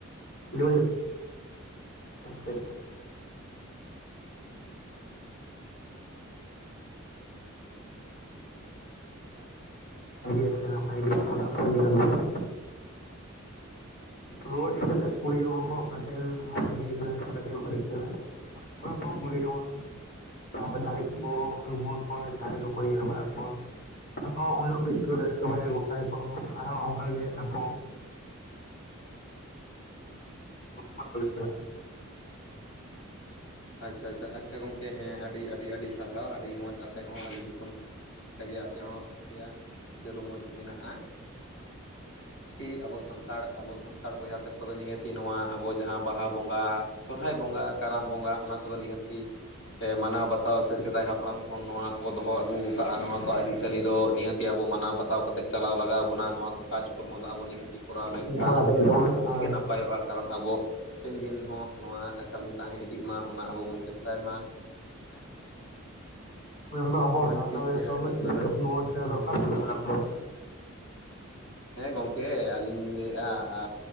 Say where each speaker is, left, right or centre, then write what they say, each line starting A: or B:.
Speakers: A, on the left; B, on the left.
A: ᱡᱳᱨ ᱧᱚᱜ ᱟᱪᱪᱷᱟ
B: ᱦᱮᱸ ᱜᱚᱝᱠᱮ ᱦᱮᱸ
A: ᱟᱪᱪᱷᱟ <unintelligible> <unintelligible> ᱨᱩᱣᱟᱹᱲ ᱦᱮᱡ ᱠᱟᱛᱮᱫ ᱠᱩᱞᱤ ᱡᱚᱝᱟ ᱠᱚ ᱚᱠᱟ ᱴᱷᱮᱱ ᱦᱚᱸ ᱵᱷᱟᱜᱮᱭ ᱠᱟᱱᱟ ᱥᱮ ᱚᱠᱟᱴᱷᱮᱱ ᱵᱟᱹᱲᱤᱡ ᱠᱟᱱᱟ, ᱛᱚᱠᱷᱚᱱ ᱠᱚ ᱠᱩᱞᱤ ᱡᱚᱝ-ᱟ᱾
B: ᱟᱪᱪᱷᱟ
A: ᱛᱟᱨᱯᱚᱨ ᱫᱟᱲᱮ ᱠᱚ ᱠᱚ ᱟᱸᱜᱣᱟ ᱠᱚᱣᱟ ᱫᱟᱲᱮ ᱠᱚᱠᱚ ᱧᱮᱞ ᱵᱟᱲᱟ ᱠᱚᱣᱟ᱾ ᱟᱠᱚ ᱩᱱ ᱞᱳᱜ ᱠᱟᱹᱡ ᱠᱚ ᱨᱟᱹᱥᱠᱟᱹ ᱵᱟᱲᱟᱭᱟ ᱜᱚᱸᱥᱟᱭ ᱠᱚᱦᱚᱸ ᱟᱨᱦᱚ ᱚᱱᱠᱟᱜᱮ ᱟᱠᱚ <unintelligible>
B: ᱟᱪᱪᱷᱟ ᱟᱪᱪᱷᱟ ᱟᱪᱪᱷᱟ ᱜᱚᱝᱠᱮ ᱦᱮᱸ ᱟᱹᱰᱤ ᱟᱹᱰᱤ ᱥᱟᱨᱦᱟᱣ ᱟᱹᱰᱤ ᱢᱚᱡᱽ ᱟᱯᱮ ᱦᱚᱸ ᱟᱞᱮ ᱫᱤᱥᱚᱢ ᱮᱠᱷᱚᱱ ᱦᱚᱸ ᱟᱞᱮ ᱞᱮᱠᱟᱜᱮ ᱟᱯᱮ ᱦᱚᱸ ᱟᱯᱮᱭᱟᱜ ᱦᱚᱸ ᱨᱟᱹᱥᱠᱟᱹ ᱨᱚᱢᱚᱡᱽ ᱢᱮᱱᱟᱜ-ᱟ᱾ ᱦᱮᱸ ᱱᱤᱦᱟᱹᱛᱤ ᱟᱵᱚ ᱥᱟᱱᱛᱟᱲ ᱟᱵᱚ ᱥᱟᱱᱛᱟᱲ ᱵᱚᱭᱦᱟ ᱛᱟᱠᱚ ᱫᱚ ᱱᱤᱦᱟᱹᱛᱤ ᱱᱚᱣᱟ ᱟᱵᱚ ᱡᱟᱦᱟᱸ ᱵᱟᱦᱟ ᱵᱚᱸᱜᱟ ᱥᱚᱨᱦᱟᱭ ᱵᱚᱸᱜᱟ ᱠᱟᱨᱟᱢ ᱵᱚᱸᱜᱟ ᱚᱱᱟ ᱠᱚᱫᱚ ᱱᱤᱦᱟᱹᱛᱤ ᱯᱮ ᱢᱟᱱᱟᱣ ᱵᱟᱛᱟᱣ ᱥᱮ ᱥᱮᱫᱟᱭ ᱦᱟᱯᱲᱟᱢ ᱠᱷᱚᱱ ᱱᱚᱣᱟ ᱠᱚ ᱫᱚᱦᱚ ᱟᱹᱜᱩᱣ ᱠᱟᱜ-ᱟ ᱱᱚᱣᱟ ᱠᱚ ᱟᱹᱨᱤᱪᱟᱹᱞᱤ ᱫᱚ ᱱᱤᱦᱟᱹᱛ ᱛᱮ ᱟᱵᱚ ᱢᱟᱱᱟᱣ ᱵᱟᱛᱟᱣ ᱠᱟᱛᱮᱫ ᱪᱟᱞᱟᱣ ᱞᱟᱜᱟᱣ ᱵᱚᱱᱟ ᱱᱚᱣᱟ ᱠᱚ ᱠᱟᱡᱽ ᱠᱚᱨᱢᱚ ᱫᱟ ᱵᱚ ᱱᱤᱦᱟᱹᱛᱤ ᱠᱚᱨᱟᱣ ᱞᱮᱝᱠᱷᱟᱱ
A: ᱩᱱᱠᱩ ᱚᱱᱟ ᱛᱮᱜᱮ ᱛᱟᱵᱚᱱᱟ
B: ᱟᱹᱰᱤᱜᱮ
A: ᱟᱨ
B: ᱱᱟᱯ ᱯᱟᱭᱚᱜ-ᱟ ᱠᱟᱨᱚᱱ ᱟᱵᱚ ᱦᱟᱯᱮᱱ ᱫᱤᱱ ᱦᱚᱸ ᱱᱚᱣᱟ ᱠᱟᱹᱢᱤ ᱛᱟᱦᱮᱸ ᱤᱫᱤᱜ ᱢᱟ᱾ ᱚᱱᱟ ᱟᱵᱚ ᱵᱚᱱ ᱪᱮᱥᱴᱟᱭ ᱢᱟ, ᱦᱮᱸ ᱾
A: <unintelligible> ᱟᱵᱚ ᱥᱟᱶᱛᱟ
B: ᱢᱤᱫᱴᱤᱡ
A: ᱨᱮ ᱡᱷᱚᱛᱚ
B: ᱦᱟᱺᱰᱤ ᱯᱟᱹᱣᱨᱟᱹ
A: <unintelligible> ᱫᱚᱨᱠᱟᱨ ᱠᱟᱱᱟ ᱚᱱᱟ ᱠᱚ ᱾
B: ᱦᱮᱸ ᱜᱚᱢᱠᱮ ᱟᱹᱞᱤᱧ ᱞᱤᱧ ᱞᱟᱹᱭᱮᱜᱼᱟ ᱟ